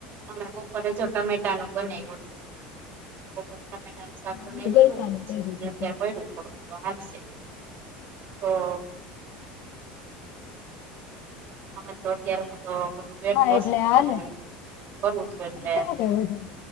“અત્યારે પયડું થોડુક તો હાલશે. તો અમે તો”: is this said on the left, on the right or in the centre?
Right